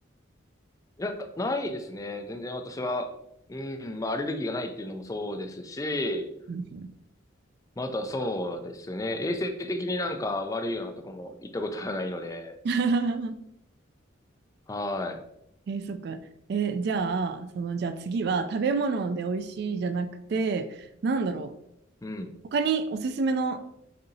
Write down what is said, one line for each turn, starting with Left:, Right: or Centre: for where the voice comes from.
Left: い。いや、ないですね。全然私は、うん、まあ、アレルギーがないっていうのもそうですし、
Right: うんうん
Left: まあ、あとはそうですね。衛生的になんか悪いようなとこも行ったことはないので、
Right: <laughs>
Left: は
Right: えーそっか。えーじゃあ、そのじゃあ次は食べ物で美味しいじゃなくて、なんだろう。
Left: い。うん。
Right: 他におすすめの